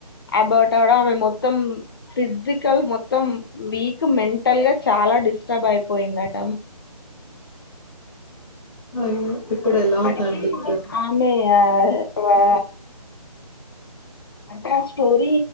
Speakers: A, on the left; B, on the left.
A: అబొట్ అవ్వడం ఆమె మొత్తం ఫిజిక్ అయ్యి మొత్తం వీక్ మెంటల్ గా చాలా డిస్టర్బ్ అయిపోయిందట
B: అయ్యో ఇప్పుడు
A: ఇప్పటికి
B: ఎలా ఉందండి మరి
A: ఆమె ఆహ్ వా. అంటే ఆ స్టోరీ